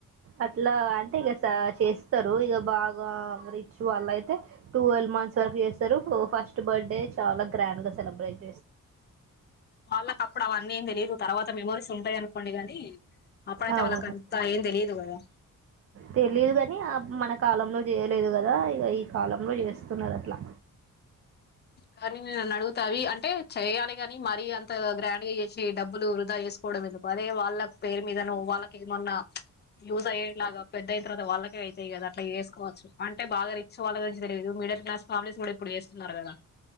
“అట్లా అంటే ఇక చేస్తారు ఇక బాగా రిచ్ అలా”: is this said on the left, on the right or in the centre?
Right